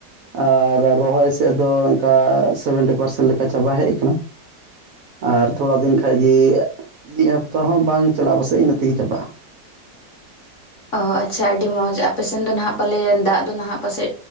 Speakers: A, on the right; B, on the left.
A: ᱟᱨ ᱨᱚᱦᱚᱭ ᱥᱮᱫ ᱫᱚ ᱚᱱᱠᱟ ᱥᱮᱵᱷᱮᱱᱴᱤ ᱯᱟᱨᱥᱮᱱ ᱞᱮᱠᱟ ᱪᱟᱵᱟ ᱦᱮᱡ ᱟᱠᱟᱱᱟ ᱟᱨ ᱛᱷᱚᱲᱟ ᱫᱤᱱ ᱠᱷᱟᱡ ᱜᱤ ᱢᱤᱫ ᱦᱟᱯᱛᱟ ᱦᱚᱸ ᱵᱟᱝ ᱪᱟᱞᱟᱜᱼᱟ ᱯᱟᱥᱮᱡ ᱤᱱᱟᱹ ᱛᱤᱜᱮ ᱪᱟᱵᱟᱜᱼᱟ
B: ᱚ ᱟᱪᱪᱷᱟ ᱟᱹᱰᱤ ᱢᱚᱡᱽ ᱟᱯᱮᱥᱮᱱ ᱫᱚ ᱱᱟᱦᱟᱜ ᱯᱟᱞᱮ ᱫᱟᱜ ᱫᱚ ᱱᱟᱦᱟᱜ ᱯᱟᱥᱮᱡ